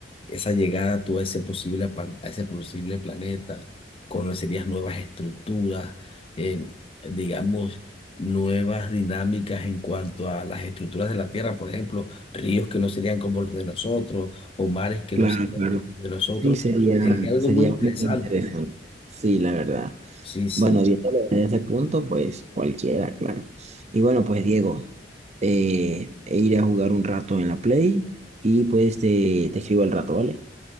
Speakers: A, on the left (about 30°); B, on the right (about 40°).
A: esa llegada tú a ese posible, pa- a ese posible planeta, conocerías nuevas estructuras, eh, digamos, nuevas dinámicas en cuanto a las estructuras de la Tierra, por ejemplo ríos que no serían como los de nosotros, o mares que
B: Claro,
A: no sean
B: claro.
A: como de nosotros,
B: Sí, sería,
A: sería algo
B: sería
A: muy interesante.
B: muy interesante. Sí, la verdad.
A: Sí, sí,
B: Bueno, viéndolo desde ese punto, pues cualquiera, claro. Y bueno, pues Diego, eh, e iré a jugar un rato en la Play y pues te, te escribo al rato, ¿vale?